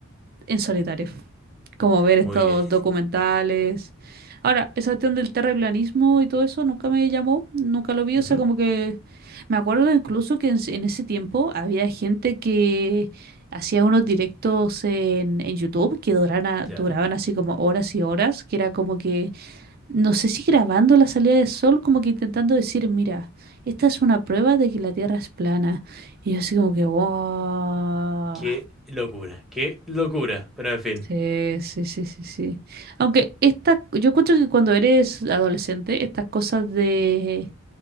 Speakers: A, on the right (about 45°); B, in the centre.
A: en solitario, como ver estos
B: Muy bien.
A: documentales. Ahora, esa cuestión del terraplanismo y todo eso nunca me llamó, nunca lo vi,
B: Ujú,
A: o sea, como que me acuerdo incluso que en, s- en ese tiempo había gente que hacía unos directos en, en YouTube que duraban, a- duraban
B: Ya.
A: así como horas y horas, que era como que, no sé si grabando la salida del sol, como que intentando decir, mira, esta es una prueba de que la Tierra es plana. Y yo así como que, wow.
B: Qué locura, qué locura. Pero en fin,
A: Sí, sí, sí, sí, sí. Aunque esta, yo encuentro que cuando eres adolescente, estas cosas de